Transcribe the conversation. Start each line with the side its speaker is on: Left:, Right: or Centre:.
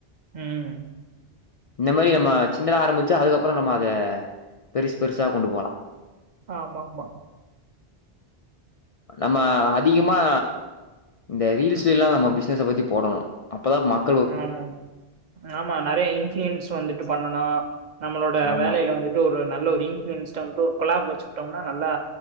Right: ம்
Left: இந்த மாரி நம்ம சின்னதா ஆரம்பிச்சு அதுக்கப்புறோ நம்ம அத பெருசு பெருசா கொண்டு போலா
Right: ஆமா ஆமா
Left: நம்ம அதிகமா இந்த ரீல்ஸ்லிலா நம்ம பிஸ்னஸ பத்தி போடணு அப்பதா மக்
Right: ஆமா ஆமா நறைய இன்ஃபுளுயன்ஸ் வந்துட்டு பண்ணனா நம்மளோட
Left: ஆமா,
Right: வேலைல வந்துட் டு ஒரு நல்ல ஒரு இன்ஃபுளியன்ஸ ஒரு குலாப் வெச்சுட்டோனா நல்லா